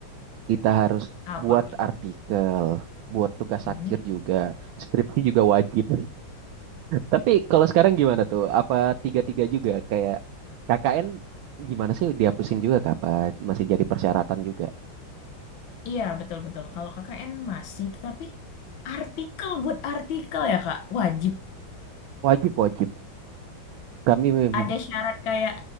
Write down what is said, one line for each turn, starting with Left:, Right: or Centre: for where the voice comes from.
Right: Kita harus
Left: Apa-apa
Right: buat
Left: tuh?
Right: artikel, buat tugas
Left: Hmm,
Right: akhir juga, skripsi juga wajib. Tapi kalau sekarang gimana tuh? Apa tiga-tiga juga kayak KKN gimana sih dihapusin juga kah? Apa masih jadi persyaratan juga?
Left: Iya, betul-betul. Kalau KKN masih, tapi artikel buat artikel ya, Kak. Wajib.
Right: Wajib, wajib. Kami, mem-
Left: Ada syarat kayak